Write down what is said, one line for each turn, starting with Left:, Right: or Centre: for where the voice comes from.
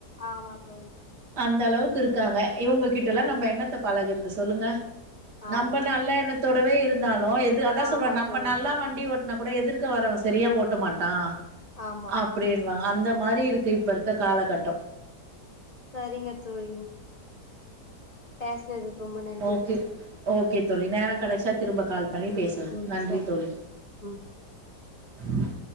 Left: ஆமா தோழி
Right: அந்த அளவுக்கு இருக்காங்க இவுங்க கிட்டல்லாம்
Left: ஆமா
Right: நம்ம என்ணத்த பழகுறது சொல்லுங்க
Left: ஆமா
Right: நம்ம நல்லா எண்ணத் தோடவே இருந்தாலும் எது அதான்
Left: ஆமா
Right: சொல்றோ நம்ம
Left: தோழி
Right: நல்லா வண்டி ஓட் நா கூட எதிர்க்க வர்ரவ சரியா ஓட்ட மாட்டான்
Left: ஆமா
Right: அப்டியல்லா அந்த மாரி இருக்கு இப்ப இருக்க காலகட்டம்
Left: சரிங்க தோழி பே அதுக்கு ரொம்ப நன்றி
Right: ஓகே
Left: தோழி
Right: ஓகே தோழி நேரம் கிடைச்சா திரும்ப கால் பண்ணி பேசலாம்
Left: ம்
Right: நன்றி
Left: சரிங்க
Right: தோழி
Left: ம்
Right: உஹ